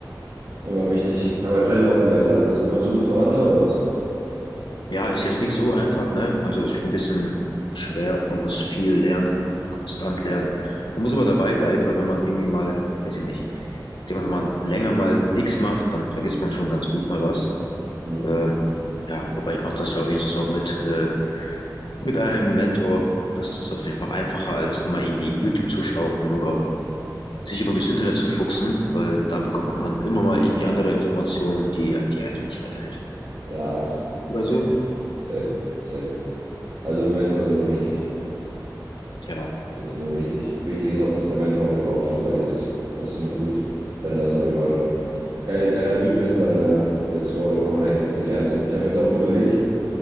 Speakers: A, on the right; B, on the left.
A: Immer wichtig. Aber Trainer auch eine geile Sache. So kommst du gut voran da oder was?
B: Ja, ist jetzt nicht so einfach, ne? Also ist schon ein bisschen schwer. Man muss viel lernen, konstant lernen. Man muss aber dabei bleiben, weil wenn man irgendwie mal, weiß ich nicht, ich denke mal, wenn man länger mal nichts macht, dann vergisst man schon ganz gut mal was.
A: Mhm.
B: Ähm, ja, aber ich mache das ja wenigstens auch mit, äh, mit einem Mentor. Das ist auf jeden Fall einfacher, als immer irgendwie YouTube zu schauen oder sich immer durchs Internet zu fuchsen, weil da bekommt man dann immer mal irgendwie andere Informationen, die, die einfach nicht weiterhelfen.
A: Ja, ich- safe,
B: Oder so.
A: safe, safe. Also, Mentor ist immer wichtig.
B: Ja.
A: Das ist immer wichtig. Wichtig ist auch, dass der Mentor auf jeden Fall auch schon soweit ist. Das ist immer gut. Wenn das auf jeden Fall ein geil, geiler Typ ist, dann äh, let's go. Da kann man echt noch viel lernen. So. Ich habe jetzt auch überlegt,